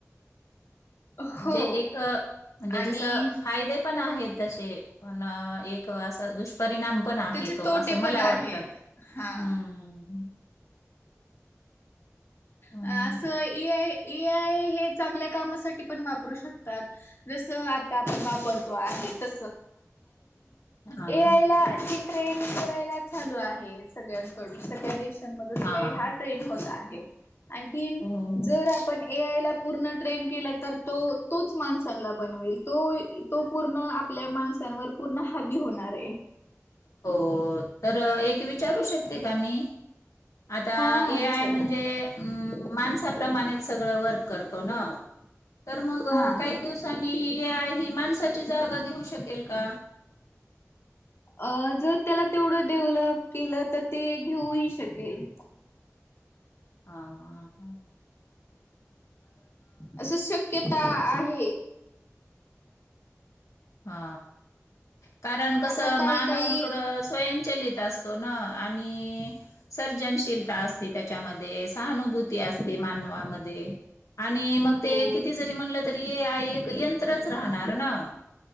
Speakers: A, on the left; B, on the left.
A: हो
B: म्हणजे एक म्हणजे
A: आणि
B: जस फायदे पण आहेत तशे, पण एक अस दुष परिणाम पण आहे
A: त्याचे
B: तो
A: तोटे
B: असं मला
A: पण आहेत.
B: वाटत. हम्म..
A: हा
B: हं.
A: अ असं इ आय ए आय हे चांगल्या कामासाठी पण वापरू शकतात, जसं आता आपण वापरतो आहे. त
B: हां.
A: ए आय <unintelligible> ट्रेन करायला चालू आहे सगळ्यांकडून, सगळ्या देशांमधून
B: हां.
A: या हा ट्रेन होत आहे. आणखीन,
B: हो.
A: जर आपण- ए आय ला पूर्ण ट्रेन केला तर, तो तोच माणसांला बनवेल तो तो पूर्ण- आपल्या माणसांवर पूर्ण हवी होणार आहे.
B: हो तर एक विचारू शकते का मी आता
A: हा हा
B: हे
A: विचारा
B: आय म्हणजे म माणसाप्रमाणेच सगळं वर्क करतो ना तर मग
A: हा.
B: काही दिवसांनी आहे ह माणसाची जागा घेऊ शकेल का?
A: अ जर त्याला तेवढं डेव्हलप केलं तर ते घेऊ ही शकेल <unintelligible>
B: हा.
A: असं शक्यता आहे.
B: हा कारण कस
A: आता काही
B: मानव
A: काही
B: थोडं स्वयं लित असतो ना आणि सर्जनशीलता असते त्याच्यामध्ये सहानुभूती असते मानवामध्ये आणि मग ते
A: हो
B: किती जरी म्हणलं तरी ये आई एक यंत्रच राहणार ना